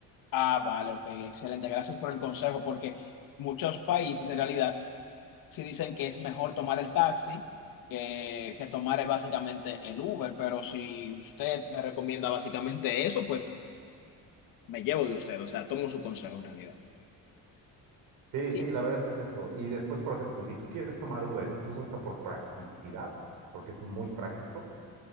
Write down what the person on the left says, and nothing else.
Ah, vale, ok, excelente. Gracias por el consejo, porque muchos países en realidad sí dicen que es mejor tomar el taxi que, que tomar eh, básicamente el Uber, pero si usted me recomienda básicamente eso, pues me llevo de usted, o sea, tomo su consejo en realidad.
Y-